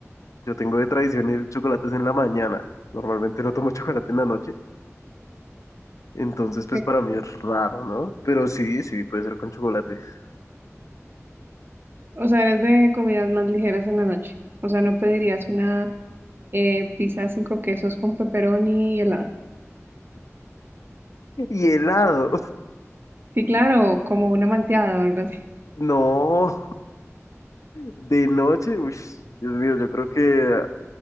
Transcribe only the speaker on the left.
yo tengo de tradición el chocolate es en la mañana. Normalmente no tomo <laughs> chocolate en la noche. Entonces, pues
para mí es raro, ¿no? Pero sí, sí, puede ser con chocolate. <laughs>
Y helado.
No, de noche, uy, Dios mío, yo creo que